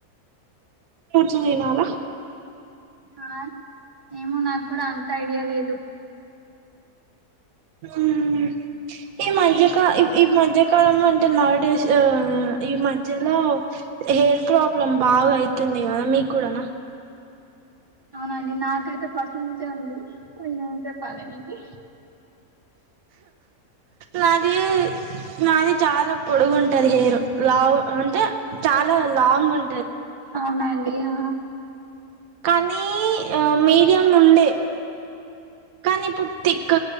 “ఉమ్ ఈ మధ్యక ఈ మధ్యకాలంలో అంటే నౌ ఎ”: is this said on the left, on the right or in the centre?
Right